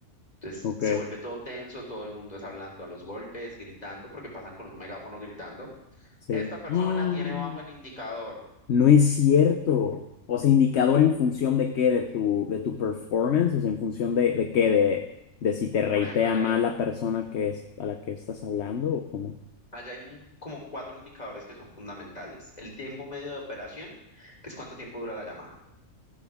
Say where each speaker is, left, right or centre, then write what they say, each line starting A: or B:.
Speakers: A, on the left; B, on the left.
A: Entonces,
B: Ok,
A: se vuelve todo tenso, todo el mundo es hablando a los golpes, gritando, porque pasan con un megáfono gritando.
B: sí.
A: Esta persona
B: <gasps>
A: tiene bajo el indicador.
B: No es cierto. O sea, indicador en función de qué, de tu, de tu performance, o sea, en función de, de qué, de, de si te reitea
A: Por ejemplo, allá
B: mal
A: hay,
B: la persona que es, a la que estás hablando o cómo.
A: allá hay un- como cuatro indicadores que son fundamentales. El tiempo medio de operación, que es cuánto tiempo dura la llamada.